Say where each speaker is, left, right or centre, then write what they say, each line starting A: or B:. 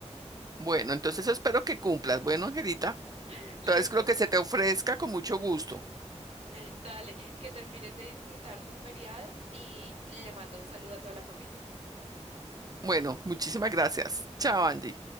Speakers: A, on the right; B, on the right.
A: Bueno, entonces espero que cumplas. Bueno, Angelita,
B: <laughs>
A: entonces
B: Listo,
A: lo que se te ofrezca con mucho gusto.
B: dale, que termines de disfrutar tu feriado y le mando un saludo a toda la familia.
A: Bueno, muchísimas gracias. Chao, Andy.